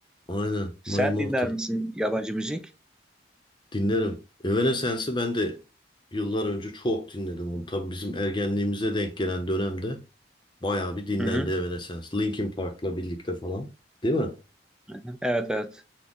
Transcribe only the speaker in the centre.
Sen
dinler misin yabancı müzik?
Hı hı.
Hı hı. Evet evet.